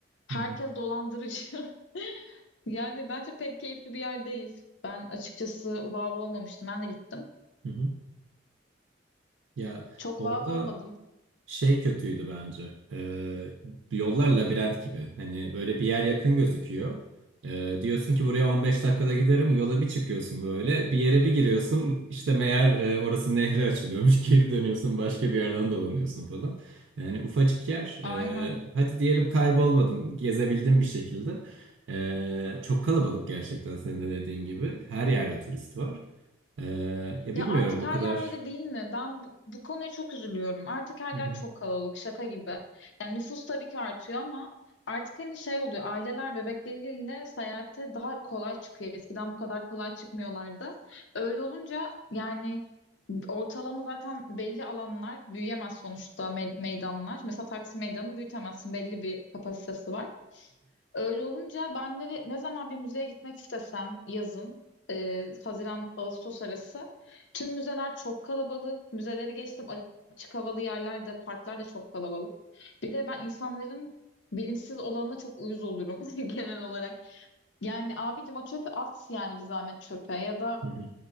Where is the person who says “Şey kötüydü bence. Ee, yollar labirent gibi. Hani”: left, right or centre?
Right